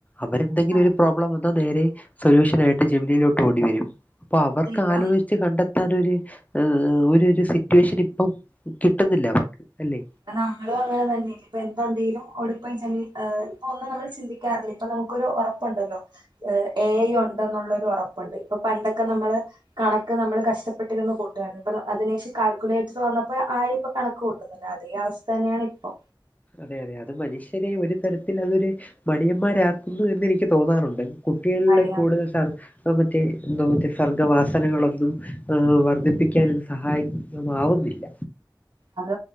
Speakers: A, on the left; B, on the right.
A: അവരെന്തെങ്കിലും
B: ആഹ്
A: ഒരു പ്രോബ്ലം വ ന്നാ നേരേ സൊല്യൂഷൻ ആയിട്ട് ജമിനിലോട്ട് ഓടി വരും അപ്പൊ അവർക്ക്
B: അതെ ഇപ്പം
A: ആലോചി ച്ച് കണ്ടെത്താൻ ഒരു ഒരു ഒരു സിറ്റുവേഷൻ ഇപ്പം കിട്ടുന്നില്ല അവർക്ക് അല്ലേ?
B: അപ്പ നമ്മളും അങ്ങനെ തന്നെ ഇപ്പൊ എന്തൊണ്ടെലും ഓടിപ്പോയി ജമിനി ഇപ്പൊ ഒന്നും നമ്മൾ ചിന്തിക്കാറില്ല ഇപ്പൊ നമുക്കൊരു ഒറപ്പുണ്ടല്ലോ എ ഐ ഉണ്ടെന്നുള്ളൊരു ഉറപ്പുണ്ട് ഇപ്പൊ പണ്ടൊക്കെ നമ്മള് കണക്ക് നമ്മള് കഷ്ടപ്പെട്ടിരുന്നു കൂട്ടുമായിരുന്നു ഇപ്പ അതിന് ശേഷം കാൽക്കുലേറ്റർ വന്നപ്പോ ആരും ഇപ്പൊ കണക്ക് കൂട്ടുന്നില്ല അതേ അവസ്ഥ തന്നെയാണ് ഇപ്പോ
A: അതെ അതെ അത് മനുഷ്യനെ ഒരു തരത്തിൽ അതൊരു മടിയന്മാരാക്കുന്നു എന്ന് എനിക്ക് തോന്നാറുണ്ട് കുട്ടികളിലെ
B: മടിയാണ്
A: കൂടുതൽ സാ മറ്റേ എന്തോ മറ്റേ സർഗ്ഗവാസനകളൊന്നും വർധിപ്പിക്കാൻ ഇത് സഹായി ആവുന്നില്ല
B: അത്